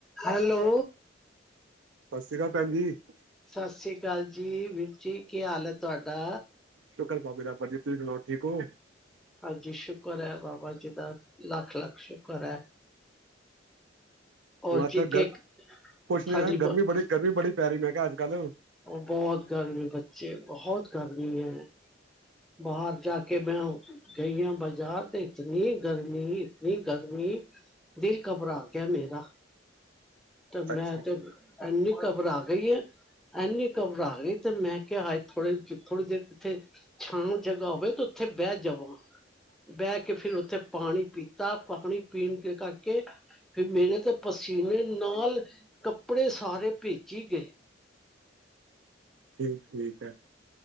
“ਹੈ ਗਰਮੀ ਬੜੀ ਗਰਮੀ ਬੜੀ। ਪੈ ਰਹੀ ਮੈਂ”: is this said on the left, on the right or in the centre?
Right